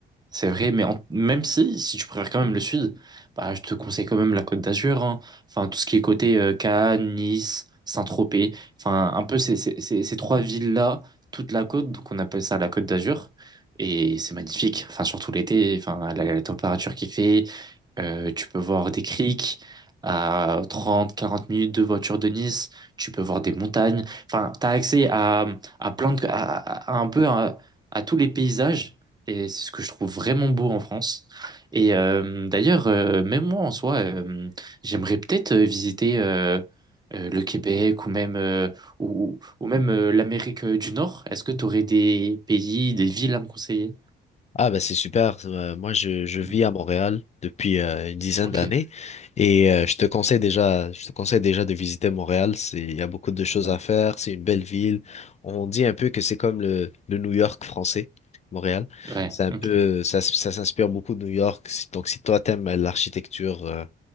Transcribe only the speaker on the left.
Ah bah c'est super. Euh, moi je, je vis
à Montréal depuis euh, une dizaine
d'années et euh, je te conseille déjà je te conseille déjà de visiter Montréal. C'est il y a beaucoup de choses
à faire. C'est une belle ville. On dit un peu que c'est comme le, le New York français. Montréal,
c'est un
peu ça, s- ça s'inspire beaucoup de New York. Si- Donc si toi t'aimes l'architecture euh,